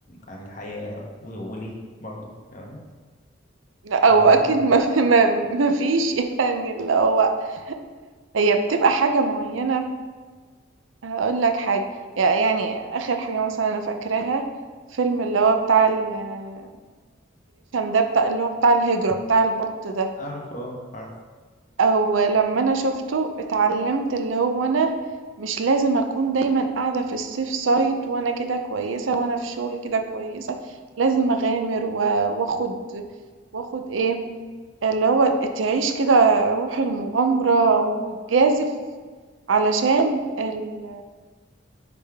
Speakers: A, on the left (about 40°); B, on the right (about 85°).
A: عن الحياة و- وليه برضه فاهماني
B: لأ
A: او
B: وأكيد
A: ولا في حاجة
B: ما
A: مثلا
B: <laughs> ف ما ما فيش يعني اللي هو هي بتبقى حاجة معيّنة هاقول لك حاجة، ي يعني آخر حاجة مثلًا أنا فاكراها فيلم اللي هو بتاع الmigration ده بتاع اللي هو بتاع الهجرة بتاع البَط ده،
A: اعرف اه عارف
B: أو لمّا أنا شُفته اتعلّمت اللي هو أنا مش لازم أكون دايمًا قاعدة في الsafe side وأنا كده كويسة وأنا في شغلي كده كويسة، لازم أغامر و وآخُد وآخُد إيه، اللي هو تعيش كده روح المغامرة وتجازف علشان ال